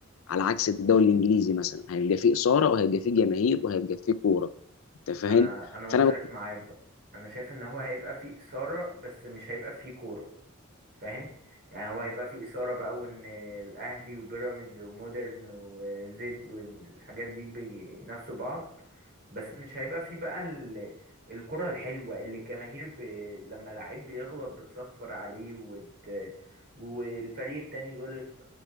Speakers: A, on the left; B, on the right.
A: على عكس الدوري الانجليزي مثلا هيبقى فيه اثاره وهيبقى فيه جماهير وهيبقى فيه كوره انت فاهم
B: انا انا مختلف
A: فانا
B: معاك بقى انا شايف ان هو هيبقى فيه إثارة بس مش هيبقى فيه كورة فاهم يعني هو هيبقى فيه إثارة بقى وإن الأهلي وبيراميدز ومودرن وزد والحاجات دي بينافسوا بعض بس مش هيبقى فيه بقى ال... الكرة الحلوة اللي الجماهير ب... لما لعيب بيغلط بتصفر عليه وت... والفريق التاني غلط